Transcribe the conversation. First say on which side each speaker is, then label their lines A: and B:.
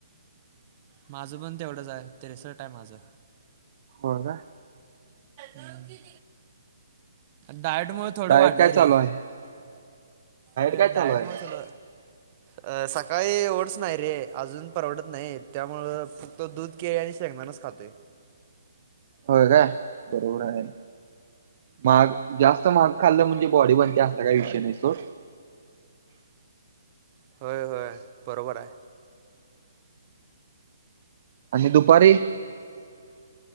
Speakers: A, on the right (about 35°); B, on the right (about 50°).
A: माझं पण तेवढंच हाय त्रेसट हाय माझं.
B: होय काय?
A: हम्म डायट मुळ थोडं
B: डायट
A: वाढलय
B: काय चालू
A: रे.
B: आहे
A: हे
B: काय चालू
A: डायट
B: आहे
A: मूळ
B: मग
A: थोड अ सकाळी एवढंच नाही रे अजून परवडत नाही त्यामुळं फक्त दूध केळी आणि शेंगदानच खातोय.
B: होय काय, बरोबर आहे, महाग जास्त महाग खाल्लं म्हणजे बॉडी बनत्या असा काही विषय नाही सोड.
A: होय होय बरोबर हाय.
B: आणि दुपारी?